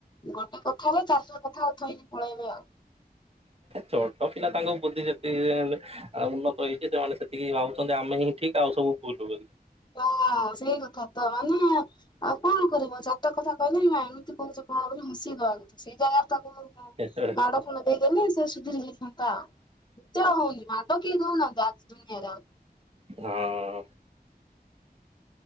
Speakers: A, on the left; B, on the right.
A: ଗୋଟେ କଥ ହେଲେ ଚାରି କଥା ଆଉଥଇକି ପଳେଇବେ ଆଉ
B: ଛୋଟ କି ନା
A: ହୁଁ।
B: ତାଙ୍କୁ ବୁଦ୍ଧିଛନ୍ତିଛନ୍ତି ଉନ୍ନତ ହେଇଛି ସେମାନେ ସେତିକି ଭାବଛନ୍ତି ଆମେ ହିଁ ଠିକ ଆଉ ସବୁ ଭୁଲ ବୋଲି
A: ଓ ସେଇ କଥା ତ ମାନେ ଆଉ କଣ କରିବ ଚାରି କଥା କହିଲେ ଏମିତି କହୁଛ କଣ ବୋଲି ହସଦ ଆକୁ ସେଇ ଜାଗାରେ ତାକୁ
B: ହଁ।
A: ମାଡ ଫଣ ଦେଇଦେଲେ ସେ ସୁଧିରି ଯାଇଥାନ୍ତା ହଉନି ମାଦ କିଏ ଦଉନାହାନ୍ତି ଆଜି ଦୁନିଆରେ
B: ହଁ